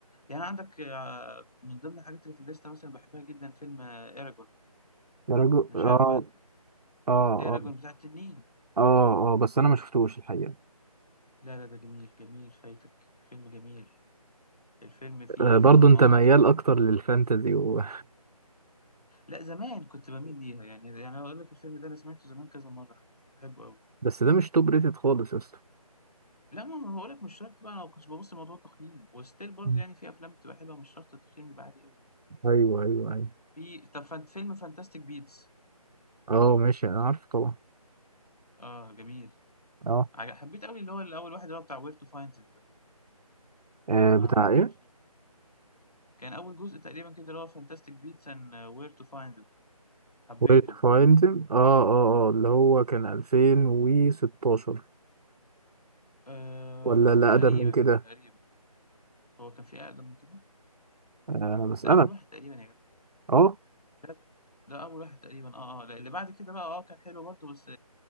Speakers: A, on the left; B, on the right.
A: يعني عندك آه، من ضمن الحاجات اللي في الليسته مثلا بحبها جدا فيلم ايراجون
B: يا رجل
A: مش
B: اه
A: عارف بقى انت
B: اه
A: ايراجون
B: اه
A: بتاع التنين
B: اه اه بس انا ما شفتوش الحقيقة
A: لا لا ده جميل جميل فايتك فيلم جميل الفيلم فيه
B: آه برضو
A: فيه مواعظ
B: انت ميال اكتر للفانتزي و...
A: لا زمان كنت بميل ليها يعني يعني اقول لك الفيلم ده انا سمعته زمان كذا مره كنت بحبه قوي
B: <laughs> بس ده مش توب ريتد خالص يا اسطى
A: لا ما بقول لك مش شرط بقى انا ما كنتش ببص لموضوع التقييم وستيل برضه
B: مم.
A: يعني في افلام بتبقى حلوه مش شرط التقييم بيبقى عالي قوي
B: ايوه ايوه ايوه
A: في طب فان- فيلم فانتاستيك بيتس
B: اه ماشي انا عارفه طبعا
A: اه جميل
B: اه
A: عج- حبيت قوي اللي هو الاول واحد اللي هو بتاع وير تو فايند ده
B: آه،
A: ما
B: بتاع
A: حبيتش
B: ايه
A: كان اول جزء تقريبا كده اللي هو فانتاستيك بيتس اند وير تو فايند حبيته
B: وير تو فايند اه اه اه اللي هو كان 2016
A: آه
B: ولا لا اقدم
A: تقريبا
B: من كده
A: تقريبا هو كان في اقدم من كده
B: آه، انا بسألك
A: ده اول واحد تقريبا يا
B: اه
A: جدع ده, ده اول واحد تقريبا اه اه لا، اللي بعد كده بقى اه كان حلو برضه بس